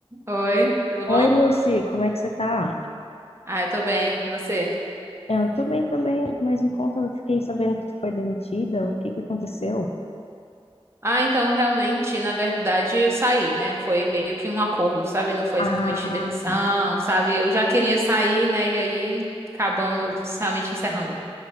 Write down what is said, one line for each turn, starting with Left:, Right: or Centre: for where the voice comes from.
Right: Oi, tudo
Left: Oi,
Right: bom?
Left: Lucy, como é que você tá?
Right: Ah, eu tô bem, você?
Left: Eu tô bem também, mas me conta, eu fiquei sabendo que tu foi demitida, o que que aconteceu?
Right: Ah, então realmente, na verdade, eu saí, né? Foi meio que um acordo, sabe? Não foi
Left: Ah,
Right: exatamente demissão, sabe? Eu já queria sair, né? E aí acabamos realmente encerrando.